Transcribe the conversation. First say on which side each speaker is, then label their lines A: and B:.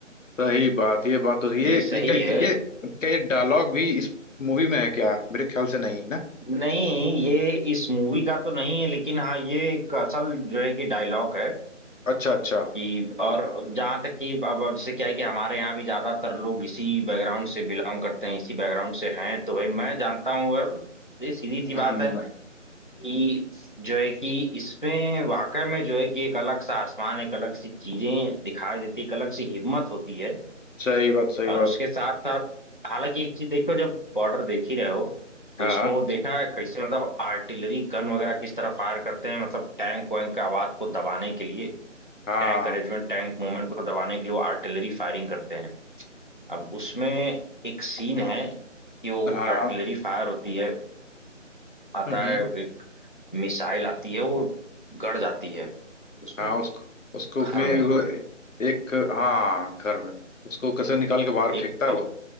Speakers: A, on the left (about 80°); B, on the left (about 40°).
A: सही बात ये बात तो थी। ये
B: ये सही
A: ये क्या ये
B: है
A: क्या ये डायलॉग भी इस मूवी में है क्या मेरे ख्याल से नहीं ना
B: नहीं ये इस मूवी का तो नहीं है लेकिन हाँ ये एक असल जो है कि डायलॉग है
A: अच्छा अच्छा
B: कि और जहाँ तक कि अब अब जैसे क्या है कि हमारे यहाँ भी ज्यादातर लोग इसी बैकग्राउंड से बिलोंग करते हैं इसी बैकग्राउंड से हैं तो भाई मैं जानता हूँ और ये सीधी
A: हम्म
B: सी बात है कि जो है कि इसमें वाकई में जो है कि एक अलग सा आसमान एक अलग सी चीजें दिखाई देती एक अलग सी हिम्मत होती है
A: सही बात सही
B: और
A: बात
B: उसके साथ साथ हालांकि एक चीज देखो जब बॉर्डर देख ही रहे हो
A: हाँ
B: तो उसमें वो देखा है कैसे मतलब आर्टिलरी गन वगैरह किस तरह फायर करते हैं मतलब टैंक वैंक का आवाज को दबाने के लिए
A: हाँ
B: टैंक अरेंजमेंट टैंक मूवमेंट को दबाने के लिए वो आर्टिलरी फायरिंग करते हैं अब उसमें एक सीन है कि वो
A: हाँ
B: आर्टिलरी
A: हाँ
B: फायर होती है आता
A: हम्म
B: है एक मिसाइल आती है वो गड़ जाती है उसमें
A: हाँ उसको उसको
B: घर
A: में
B: में
A: वो एक हाँ घर में उसको कैसे निकाल के बाहर
B: एक
A: फेंकता है
B: प,
A: वो